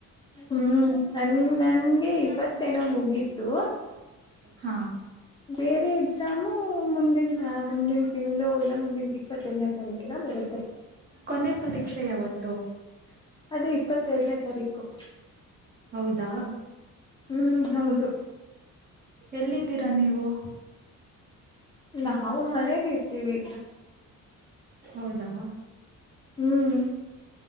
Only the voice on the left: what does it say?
ಹ್ಮ್ ನನ್ ನಂಗೆ ಇಪ್ಪತ್ತನೋ ಮುಗಿತ್ತು.
ಬೇರೆ ಎಕ್ಸಾಮು ಮುಂದಂತ ಮುಂದಿನ ತಿಂಗಳು ಇಲ್ಲ ಮುಂದಿನ. ಇಪ್ಪತ್ತೆದ್ನೇ ತಾರೀಕಿನ ಬರುತ್ತೆ.
<inaudible> ಅದೇ ಇಪ್ಪತ್ತೆರಡನೇ ತಾರೀಕು.
ಹ್ಮ್ ಹೌದು.
ನಾವು ಮನೇಲಿ ಇರ್ತೀವಿ.
ಹ್ಮ್